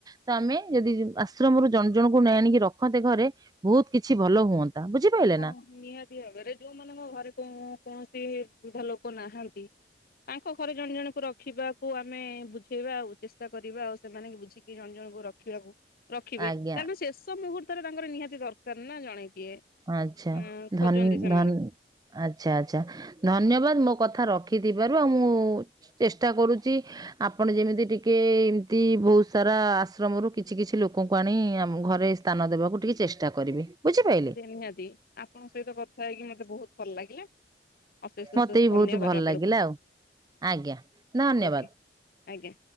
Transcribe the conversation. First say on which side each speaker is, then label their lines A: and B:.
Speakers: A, on the right (about 20°); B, on the left (about 55°).
A: ତ ଆମେ ଯଦି ଆଶ୍ରମରୁ ଜଣ ଜଣଙ୍କୁ ନାଇ ଆଣିକି ରଖନ୍ତେ ଘରେ ବହୁତ୍ କିଛି ଭଲ ହୁଅନ୍ତା। ବୁଝିପାରିଲେ
B: ହଁ
A: ନା
B: ନିହାତି ଭାବରେ ଯୋଉମାନଙ୍କ ଘରେ କୁହନ୍ତି ବୃଦ୍ଧ ଲୋକ ନାହାନ୍ତି ତାଙ୍କ ଘରେ ଜଣେ ଜଣଙ୍କୁ ରଖିବାକୁ ଆମେ ବୁଝେଇବା ଆଉ ଚେଷ୍ଟା କରିବା ଆଉ ସେମାନେ ବୁଝିକି ଜଣେ ଜଣଙ୍କୁ ରଖିବାକୁ ରଖିବେ
A: ଆଜ୍ଞା
B: କାରଣ ଶେଷ ମୁହୂର୍ତ୍ତରେ ତାଙ୍କର ନିହାତି ଦର୍ ସ ନା ଜଣେ କିଏ?
A: ଆଚ୍ଛା
B: ଉଁ
A: ଧନ୍
B: ଖୋଜନ୍ତି ସେମାନେ।
A: ଧନ୍ ଆଚ୍ଛା ଆଚ୍ଛା ଧନ୍ୟବାଦ୍ ମୋ କଥା ରଖୁ ରଖିଥପାରୁ ଆଉ ମୁଁ ଚେଷ୍ଟା କରୁଛି ଆପଣ ଯେମିତି ଟିକିେ ଏମିତି ବହୁତ ସାରା ଆଶ୍ରମରୁ କିଛି କିଛି ଲୋକଙ୍କୁ ଆଣି ଘରେ ସ୍ଥାନ ଦେବାକୁ ଟିକିେ ଚେଷ୍ଟା କରିବେ। ବୁଝି ପାଇଲେ
B: ନିହାତି ନିହାତି ଆପଣଙ୍କ ସହିତ କଥା ହେଇକି ମତେ ବହୁତ ଭଲ ଲାଗିଲା। ଅଶେଷ
A: ମତେ
B: ଅଶେଷ
A: ବି
B: ଧନ୍ୟବାଦ
A: ବହୁତ ଭଲ
B: ଆପଣଙ୍କୁ
A: ଲାଗିଲା ଆଉ ଆଜ୍ଞା ଧନ୍ୟବାଦ।
B: ଓକେ ଆଜ୍ଞା।